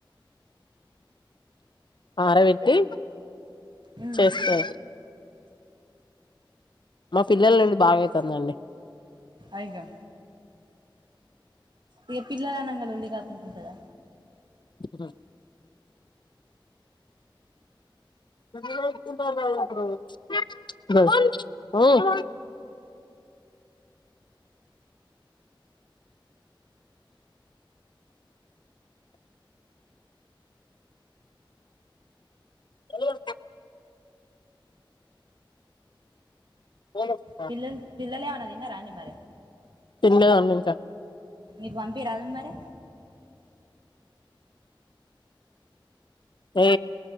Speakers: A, on the left; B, on the right.
A: ఆర విట్టి
B: ఉమ్
A: చేస్తారు మా పిల్లల నుండి బాగాయితుందండి
B: అగా ఇక పిల్లలనాంగ ఉల్లి కాకుంంటదా
A: స మమ్మీ ఎ ఎ ఉమ్
B: పిల్ పిల్లలునా న్న రాంటి మార
A: తినలేదాండి ఇంకా
B: మీకు పంపి రాద మరి
A: ఏ